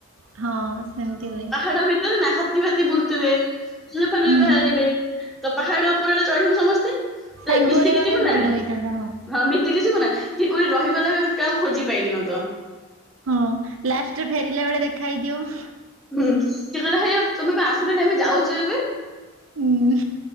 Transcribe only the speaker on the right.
ହଁ ସେମିତି ହୁଏ
ହୁଁ
ସାଙ୍ଗରେ
ଗଲେ
ଭଲ
ହେଇଥାନ୍ତା
ହଁ ଲାଷ୍ଟରେ ଫେରିଲା ବେଳେ ଦେଖା ହେଇ ଯିବ।
ହୁଁ